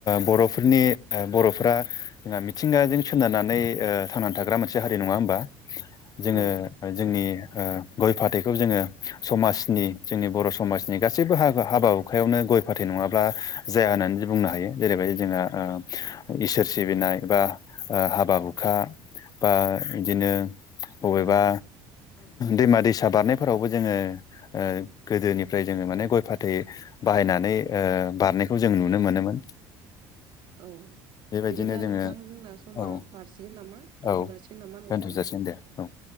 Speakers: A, on the left; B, on the right.
A: बर'फोरनि बर'फोरा जोंहा मिथिंगाजों सोनारनानै थांनानै थाग्रा मोनसे हारि नङा होमबा जोङो
B: औ
A: जोंनि गय फाथैखौ जोङो समाजनि जोंनि बर' समाजनि गासैबो ह हाबा हुखायावनो गय फाथै नङाबा ब्ला जाया होननानै बुंनो हायो जेरैबायदि जोंहा इसोर सिबिनाय बा हाबा हुखा बा बिदिनो बबेबा दैमा दैसा बारनायफोरावबो जोङो ओ गोदोनिफ्राय जोङो माने गय फाथै बाहायनानै ओ बारनायखौ जों नुनो मोनोमोन।
B: औ।
A: बेबायदिनो
B: बिदिब्ला
A: जोङो
B: नोंथां जोंना समा
A: औ
B: बारसिगोन नामा
A: औ
B: दोनथ' जाासिगोन नामा नोंथां?
A: दोनथ' जासिगोन दे औ